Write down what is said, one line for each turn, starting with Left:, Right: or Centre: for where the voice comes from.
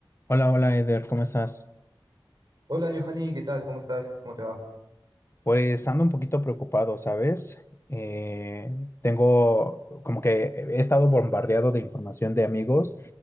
Left: Hola, hola Eder, ¿cómo estás?
Right: Hola, Johanny, ¿qué tal? ¿Cómo estás? ¿Cómo te va?
Left: Pues ando un poquito preocupado, ¿sabes? Eh, tengo como que he estado bombardeado de información de amigos